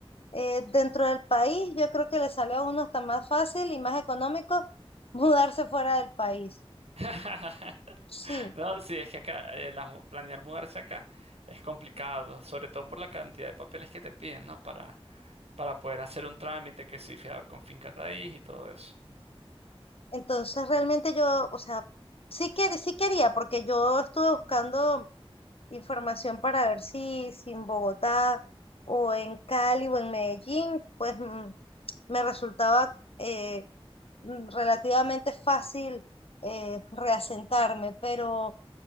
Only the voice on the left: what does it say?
eh, dentro del país, yo creo que le sale a uno hasta más fácil y más económico mudarse fuera del país.
Sí,
entonces realmente yo, o sea, sí que, sí quería, porque yo estuve buscando información para ver si, si en Bogotá o en Cali o en Medellín, pues mm, me resultaba eh, mm, relativamente fácil eh, reasentarme, pero,